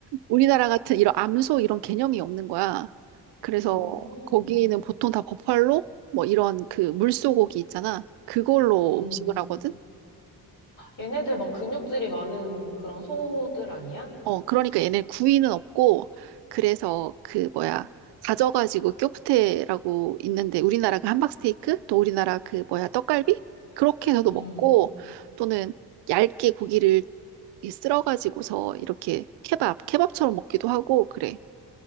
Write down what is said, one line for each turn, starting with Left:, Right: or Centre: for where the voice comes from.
Right: 우리나라 같은 이런 암소 이런 개념이 없는 거야. 그래서
Left: 음.
Right: 거기는 보통 다 버팔로 뭐 이런 그 물소고기 있잖아. 그걸로
Left: 음.
Right: 음식을 하거든.
Left: 얘네들 막 근육질이 많은 그런 소들 아니야?
Right: 어, 그러니까 얘네 구이는 없고 그래서 그 뭐야 다져가지고 쿄프테라고 있는데 우리나라 그 함박스테이크 또 우리나라 그 뭐야 떡갈비 그렇게 해서도
Left: 음.
Right: 먹고 또는 얇게 고기를 이 쓸어가지고서 이렇게 케밥 케밥처럼 먹기도 하고 그래.